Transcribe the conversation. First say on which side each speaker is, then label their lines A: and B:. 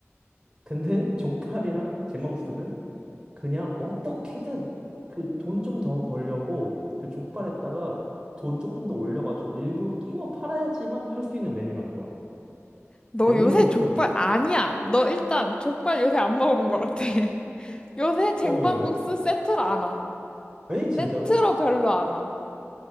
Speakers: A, on the right; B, on the left.
A: 근데 족발이랑 제망국수는 그냥 어떻게든 그 돈 좀 더 벌려고 그 족발에다가 돈 조금 더 올려가지고 일부러 끼워 팔아야지만 팔 수 있는 메뉴라는 거라고.
B: 너
A: 여기서부터
B: 요새 족발
A: 이,
B: 아니야. 너 일단 족발 요새 안 먹어본 것 같아. <laughs> 요새 쟁반국수
A: 어, 왜, 왜?
B: 세트로 안 와.
A: 에? 진짜로?
B: 세트로 별로 안 와.